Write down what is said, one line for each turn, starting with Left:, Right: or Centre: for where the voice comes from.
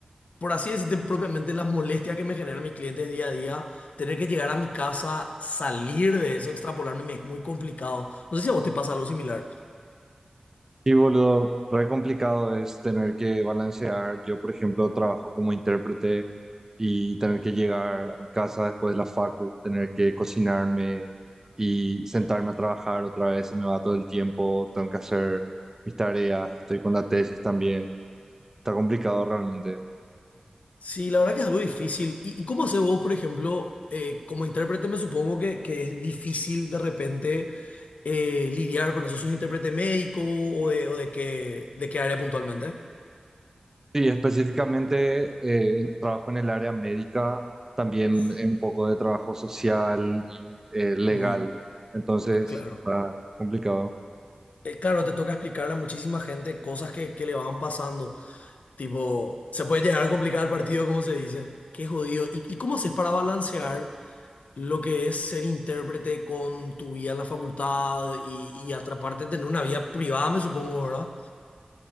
Left: por así decirte, propiamente las molestias que me generan mis clientes día a día, tener que llegar a mi casa, salir de eso, extrapolarme, me es muy complicado. No sé si a vos te pasa algo similar.
Right: Sí, boludo, re complicado es tener que balancear. Yo, por ejemplo, trabajo como intérprete y tener que llegar a mi casa después de la facu, tener que cocinarme y sentarme a trabajar otra vez, se me va todo el tiempo, tengo que hacer mis tareas, estoy con la tesis también. Está complicado realmente.
Left: Sí, la verdad que es algo difícil. ¿Y, y cómo haces vos, por ejemplo, eh, como intérprete, me supongo que, que es difícil de repente eh, lidiar con eso? ¿Sos intérprete médico o de, o de qué, de qué área puntualmente?
Right: Sí, específicamente eh, trabajo en el área médica, también
Left: Uf,
Right: un poco de trabajo social y eh, legal.
Left: mm,
Right: Entonces,
Left: claro.
Right: está complicado.
Left: Eh, claro, te toca explicarle a muchísima gente cosas que, que le van pasando. Tipo, se puede llegar a complicar el partido, como se dice. Qué jodido. ¿Y, y cómo haces para balancear lo que es ser intérprete con tu vida en la facultad y, y atraparte tener una vida privada, me supongo, ¿verdad?